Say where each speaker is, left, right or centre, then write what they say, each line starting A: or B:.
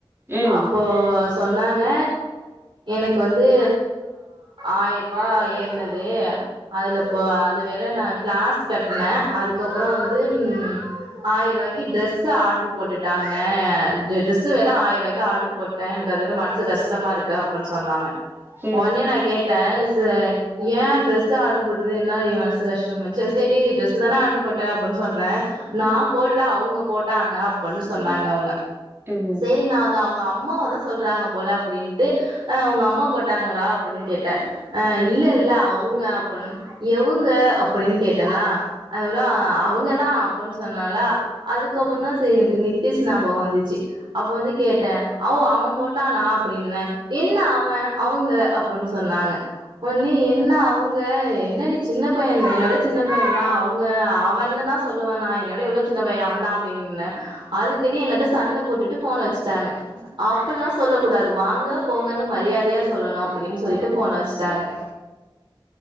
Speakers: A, on the right; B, on the right.
A: ம்
B: அப்போ சொன்னாங்க எனக்கு வந்து ஆய்யரூபா ஏறனது இது அதுல போ அதுவேற் நா கிளாஸ் கட்னே அதுக்கப்பறோ வந்து ம் ஆயிரரூபாய்க்கு டிரெஸ் ஆர்டர் போட்டுட்டாங்க டிரெஸ் வேற ஆய்ரூவாய்க் டிரெஸ் ஆர்டர் போட்டே எனக்கு அது வேற மனசு கஷ்டமா இருக்கு அப்புன் சொன்னாங்க
A: ம்
B: ஓனே நா கேட்டே சு ஏ டிரரெஸ் ஆர்டர் போட்டது என்னாடி மனசு கஷ்டம் ஆச்சு செரி டிரெஸ் தான ஆர்டர் போட்டே அப்டின்னு சொல்றே நா போட்ல அவுங்க போட்டாங்க அப்டின்னு சொன்னாங்க அவுங்க
A: ம்
B: சேரி நா அந்த அவுங்க அம்மாவதா சொல்றாங்க போல அப்டின்ட்டு அ உங்க அம்மா போட்டாங்களா அப்டின்னு கேட்ட அ இ இல்ல இல்ல அவுங்க அப்டின்னு எவுங்க அப்டின்னு கேட்டனா அவ்றா அவுங்க தா அப்டின்னு சொன்னால அதுக்கப்புற தா செரி எனக்கு நித்தீஷ் ஞாபகோ வந்துச்சு அப்ப வந்து கேட்டே அவ் அவே போட்டானா அப்டின்னுன என்ன அவே அவுங்க அப் போன் சொன்னாங்க உன்னே என்ன அவுங்க என்னடி சின்ன பையதான என்ன ஒட சின்ன பையந்தா அவுங்க அவன்னுதா சொல்லுவே நா என்ன விட எவ்ளோ சின்ன பைய அவந்தா அப்டின்னுன அதுக்குன்னு என்னட்ட சண்ட போட்டுட்டு போன வச்ட்டாங்க அப்பில்லா சொல்ல கூடாது வாங்க போங்கன்னு மரியாதையா சொல்லணு அப்படின் சொல்லிட்டு ஃபோன வச் ட்டாங்க